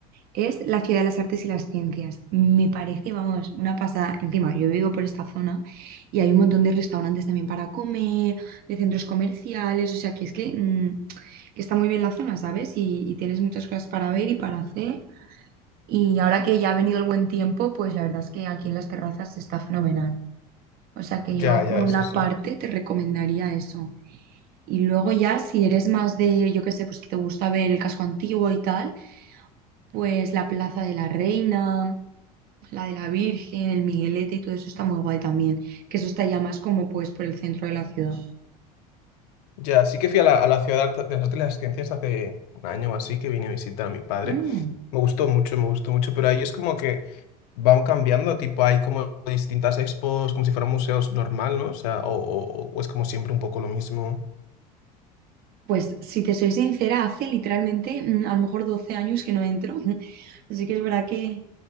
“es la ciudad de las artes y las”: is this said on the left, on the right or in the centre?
Right